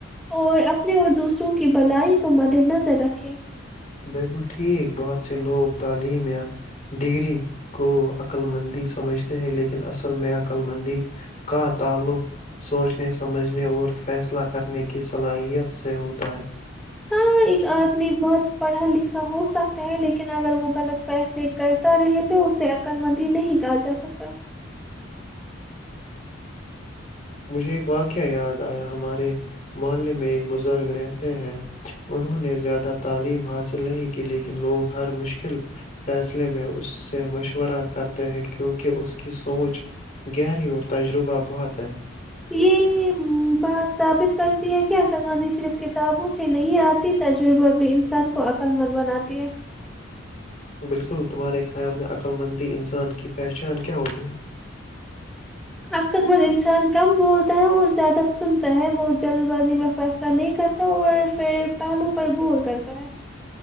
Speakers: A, in the centre; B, on the left.
A: اور اپنے اور دوسروں کی بلائی کو مد نظر رکھے
B: بالکل ٹھیک بہت سے لوگ تعلیم یا ڈگری کو عقللمندی سمجھتے ہیں لیکن اصل میں عقللمندی کا تعلق سوچنے سمجھنے اور فیصلہ کرنے کی صلاحیت سے ہوتا ہے
A: ہاں ایک آدمی بہت پڑھا لکھا ہو سکتا ہے لیکن اگر وہ غلط فیصلے کرتا رہے تو اسے عقل مندی نہیں کہا جا سکتا
B: مجھے ایک واقعہ یاد آیا ہمارے محلے میں ایک بزرگ رہتے ہیں انہوں نے زیادہ تعلیم حاصل نہیں کی لیکن لوگ ہر مشکل فیصلے میں اس سے مشورہ کرتے ہیں کیونکہ اس کی سوچ گہری اور تجربہ بہت ہے
A: یہ بات ثابت کرتی ہے کہ عقل مندی صرف کتابوں سے نہیں آتی تجربہ بھی انسان کو عقل مند بناتی ہے
B: بالکل تمہارے خیال میں عقلمندی انسان کی پہچان کیا ہوگی
A: عقل مند انسان کم بولتا ہے اور زیادہ سنتا ہے وہ جلد بازی میں فیصلہ نہیں کرتا اور پھر پہلو پر غور کرتا ہے